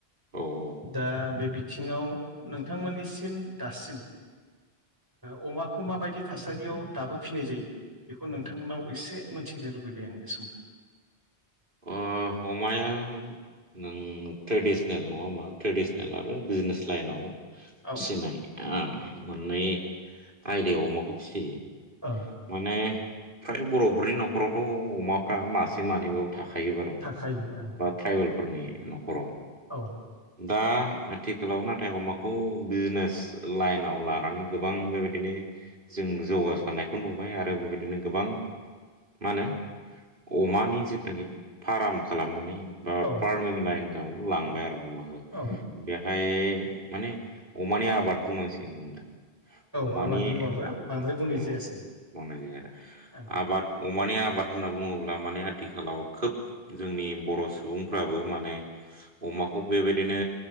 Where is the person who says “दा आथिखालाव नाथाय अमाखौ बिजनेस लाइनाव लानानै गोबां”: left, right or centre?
Right